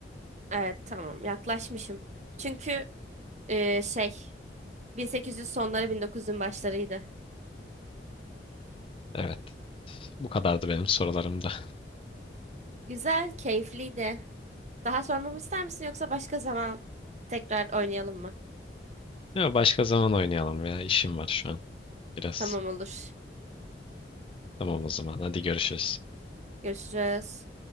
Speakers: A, on the right; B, on the left.
A: Evet tamam yaklaşmışım. Çünkü e, şey 1800 sonları 1900'ün başlarıydı.
B: Evet. Bu kadardı benim sorularımda.
A: Güzel, keyifliydi. Daha sormamı ister misin yoksa başka zaman tekrar oynayalım mı?
B: Ya başka zaman oynayalım ya. İşim var şu an biraz.
A: Tamam olur.
B: Tamam o zaman. Hadi görüşürüz.
A: Görüşürüz.